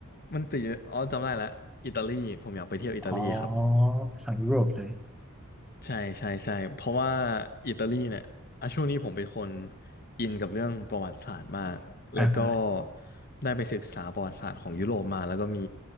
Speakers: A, on the left; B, in the centre.
A: มันติดอยู่อ๋อจำได้แล้วอิตาลีผมอยากไปเที่ยวอิตาลีครับ
B: อ๋อฝั่งยุโรปเลย
A: ใช่ใช่ใช่เพราะว่าอิตาลีเนี่ยอ่ะช่วงนี้ผมเป็นคนอินกับเรื่องประวัติศาสตร์มากแล้วก็
B: อ่าฮะ
A: ได้ไปศึกษาประวัติศาสตร์ของยุโรปมาแล้วก็มี